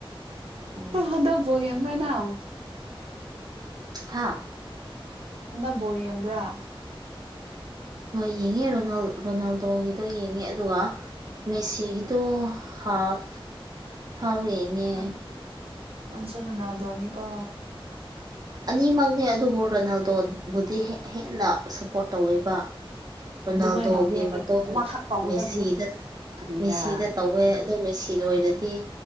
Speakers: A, on the right (about 40°); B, on the right (about 80°).
A: ꯎꯝ
B: ꯑꯗꯣ ꯕꯣꯜ ꯌꯦꯡꯕ꯭ꯔ ꯅꯪ
A: ꯍꯥꯥ
B: ꯍꯟꯗꯛ ꯕꯣꯜ ꯌꯦꯡꯕ꯭ꯔꯥ
A: ꯍꯣꯏ ꯌꯦꯡꯉꯦ ꯔꯣꯅꯥ ꯔꯣꯅꯥꯜꯗꯣꯒꯤꯗꯣ ꯌꯦꯡꯉꯦ ꯑꯗꯨꯒ ꯃꯦꯁꯤꯒꯤꯗꯣ ꯍꯥꯞ ꯐꯥꯎ ꯌꯦꯡꯉꯦ
B: ꯅꯪ ꯅꯪꯁꯨ ꯔꯣꯅꯥꯜꯗꯣꯅꯤ ꯀꯣ
A: ꯑꯅꯤꯃꯛꯅꯦ ꯑꯗꯨꯕꯨ ꯔꯣꯅꯥꯜꯗꯣ ꯕꯨꯗꯤ ꯍꯦꯟꯅ ꯁꯞꯄꯣꯔꯠ ꯇꯧꯋꯦꯕ ꯔꯣꯅꯥꯜꯗꯣꯒꯤ
B: ꯑꯗꯨꯃꯥꯏꯅ ꯇꯧꯕ ꯌꯥꯗꯦ
A: ꯃꯇꯨꯡ
B: ꯑꯃꯈꯛ ꯇꯧꯒꯗꯕꯅꯦ
A: ꯃꯦꯁꯤꯗ
B: ꯀꯔꯤꯔꯥ
A: ꯃꯦꯁꯤꯗ ꯇꯧꯋꯦ ꯑꯗꯨ ꯃꯦꯁꯤ ꯑꯣꯏꯔꯗꯤ